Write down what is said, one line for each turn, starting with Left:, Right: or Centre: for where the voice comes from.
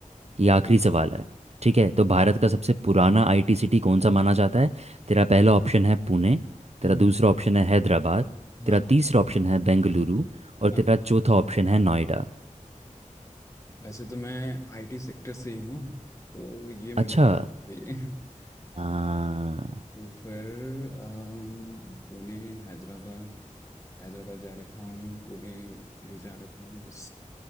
Right: ये आखिरी सवाल है ठीक है तो भारत का सबसे पुराना आईटी सिटी कौन सा माना जाता है तेरा पहला ऑप्शन है पुणे तेरा
Left: हम्म,
Right: दूसरा ऑप्शन है हैदराबाद
Left: हाँ
Right: तेरा तीसरा ऑप्शन है बेंगलुरु और तेरा
Left: हाँ
Right: चौथा ऑप्शन है नोएडा
Left: वैसे तो मैं आईटी सेक्टर से ही हूँ तो ये मुझे
Right: अच्छा
Left: <laughs>
Right: हाँ
Left: तो फिर अम, पुणे हैदराबाद हैदराबाद जा रखा हूँ पुणे भी जा रखा हूँ बस